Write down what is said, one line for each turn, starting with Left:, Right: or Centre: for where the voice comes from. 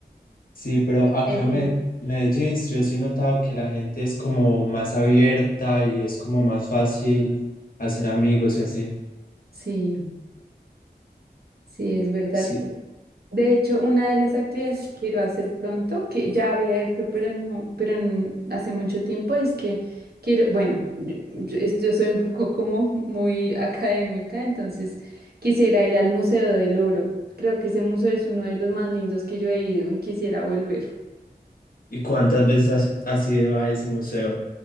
Left: Sí, pero acá
Right: Eh,
Left: en
Right: sí.
Left: Me- Medellín yo sí he notado que la gente es como más abierta y es como más fácil hacer amigos y así.
Right: Sí, sí, es verdad.
Left: Sí.
Right: De hecho, una de las actividades que quiero hacer pronto, que ya había hecho, pero no, pero n- hace mucho tiempo, es que quiero, bueno, yo, yo- es- yo soy un poco como <laughs> muy académica, entonces quisiera ir al Museo del Oro. Creo que ese museo es uno de los más lindos que yo he ido y quisiera volver.
Left: ¿Y cuántas veces has, has ido a ese museo?